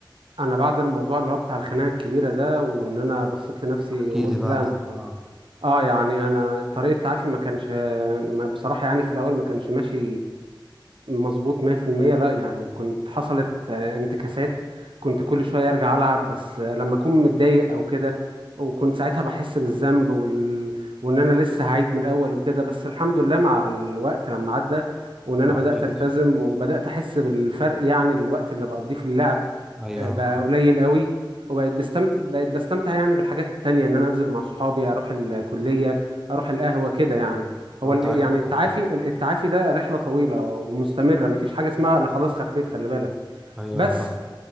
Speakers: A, on the right; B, in the centre.
A: أنا بعد الموضوع اللي هو بتاع الخناقة الكبيرة ده وإن أنا بصيت لنفسي
B: احكي
A: وقلت
B: لي بقى
A: لا
B: أنت
A: أنا
B: آه،
A: اه يعني انا طريقه تعافي ما كانش ما بصراحه يعني في الاول ما كانش ماشي مظبوط 100% لا يعني كنت حصلت آه، انتكاسات كنت كل شوية ارجع العب بس آه، لما اكون متضايق او كده وكنت ساعتها بحس بالذنب وال... وان انا لسه هعيد من الاول وكده بس الحمد لله مع الوقت لما عدى وان انا
B: بحكيت
A: بدأت التزم وبدأت احس بالفرق يعني الوقت اللي بقضيه في اللعب
B: أيوه
A: آه،
B: أنا
A: بقى
B: فاهم
A: قليل قوي وبقيت بستمتع بقيت بستمتع يعني بالحاجات التانية ان انا انزل مع صحابي اروح الكلية اروح القهوة كده يعني هو
B: لو أنت
A: ال-
B: عايز
A: يعني التعافي
B: آه.
A: التعافي ده رحلة طويلة ومستمرة مفيش حاجة اسمها انا خلاص خفيت خلي بالك
B: أيوه
A: بس
B: أنا فاهم